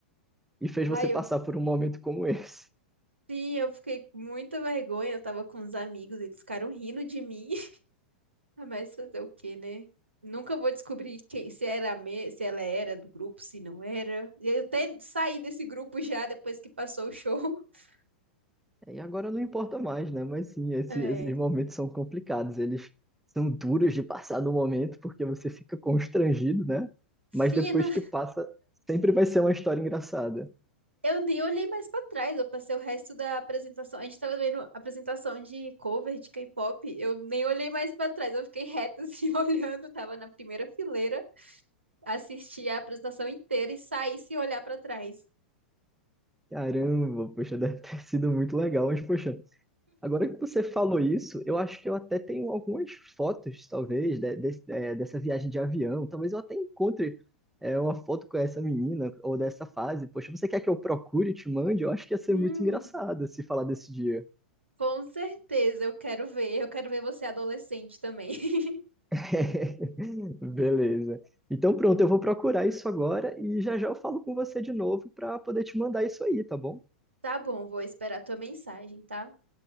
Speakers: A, in the centre; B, on the right (about 85°).
A: E fez
B: Aí
A: você passar
B: eu
A: por um momento como esse.
B: Sim, eu fiquei com muita vergonha. Eu tava com uns amigos, eles ficaram rindo de mim. <laughs> Ah, Mas fazer o quê, né? Nunca vou descobrir quem, se era a me, se ela era do grupo, se não era. E Eu até saí desse grupo já depois que passou o show. <laughs>
A: É, E agora não importa mais, né? Mas sim, esse-
B: É.
A: esses momentos são complicados. Eles são duros de passar no momento, porque você fica constrangido, né?
B: Sim,
A: Mas depois
B: Ana,
A: que passa, sempre vai ser uma história engraçada.
B: eu nem olhei mais pra trás. Eu passei o resto da apresentação. A gente tava vendo a apresentação de cover de K-pop. Eu nem olhei mais pra trás. Eu fiquei reta assim, <laughs> olhando. Tava na primeira fileira, assisti a apresentação inteira e saí sem olhar pra trás.
A: Caramba, poxa, deve ter sido muito legal, mas poxa. Agora que você falou isso, eu acho que eu até tenho algumas fotos, talvez, de- de- é, dessa viagem de avião. Talvez eu até encontre é, uma foto com essa menina ou dessa fase. Poxa, você quer que eu procure e te mande? Eu acho que ia ser
B: Hum,
A: muito engraçado se falar desse dia.
B: Com certeza, eu quero ver. Eu quero ver você adolescente também. <laughs>
A: <laughs> Beleza. Então pronto, eu vou procurar isso agora e já já eu falo com você de novo para poder te mandar isso aí, tá bom?
B: Tá bom, vou esperar tua mensagem, tá?